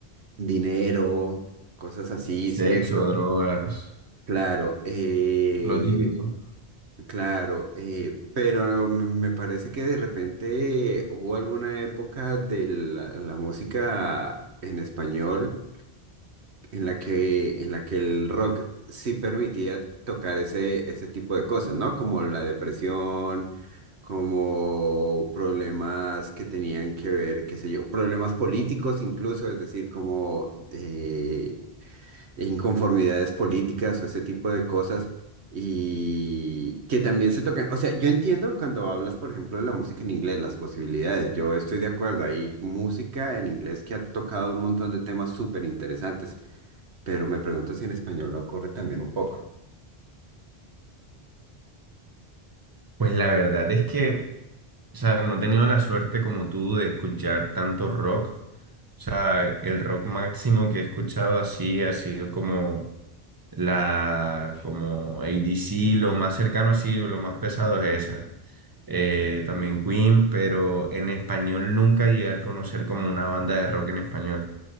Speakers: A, on the right; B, on the right.
A: dinero, cosas así,
B: Sexo,
A: sexo,
B: drogas,
A: claro, eh,
B: lo típico.
A: claro, eh, pero no, me me parece que de repente hubo alguna época de la la música en español en la que, en la que el rock sí permitía tocar ese, ese tipo de cosas, ¿no? Como la depresión, como problemas que tenían que ver, qué sé yo, problemas políticos incluso, es decir, como, eh, inconformidades políticas o ese tipo de cosas y que también se tocan. O sea, yo entiendo cuando hablas, por ejemplo, de la música en inglés, las posibilidades, yo estoy de acuerdo, hay música en inglés que ha tocado un montón de temas súper interesantes, pero me pregunto si en español no ocurre también un poco.
B: Pues la verdad es que, o sea, no he tenido la suerte como tú de escuchar tanto rock. O sea, el rock máximo que he escuchado así ha sido como la, como A D C lo más cercano así, lo más pesado es esa. Eh, también Queen, pero en español nunca llegué a conocer como una banda de rock en español.